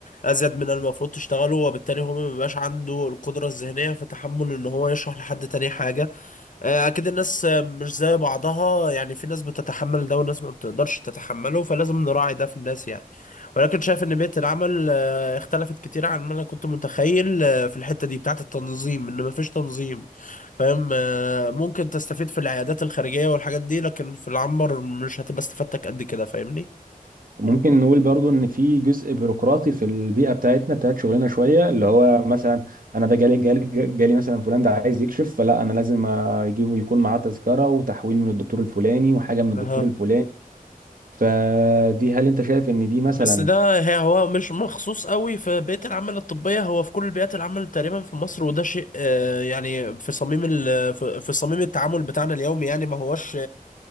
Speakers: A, on the left; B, on the right.
A: ازيد من المفروض تشتغله وبالتالي هو ما بيبقاش عنده القدره الذهنيه في تحمل ان هو يشرح لحد تاني حاجه آه، اكيد الناس آه، مش زي بعضها يعني في ناس بتتحمل ده وناس ما بتقدرش تتحمله فلازم نراعي ده في الناس يعني ولكن شايف ان بيئه العمل آه، اختلفت كتير عن ما انا كنت متخيل آه، في الحته دي بتاعه التنظيم ان ما فيش تنظيم فاهم آه، ممكن تستفيد في العيادات الخارجيه والحاجات دي لكن في العنبر مش هتبقى استفادتك قد كده فاهمني
B: ممكن نقول برضو ان في جزء بيروقراطي في البيئه بتاعتنا بتاعت شغلنا شويه اللي هو مثلا انا ده جالي جالي جالي مثلا فلان ده عايز يكشف فلا انا لازم اجيبه يكون معاه تذكره وتحويل من الدكتور الفلاني وحاجه من الدكتور
A: أها
B: الفلاني فدي هل انت شايف ان دي مثلا
A: بس ده هي هو مش مخصوص قوي في بيئة العمل الطبية هو في كل بيئات العمل تقريبا في مصر وده شيء آه، يعني في صميم ال في في صميم التعامل بتاعنا اليومي يعني ما هوش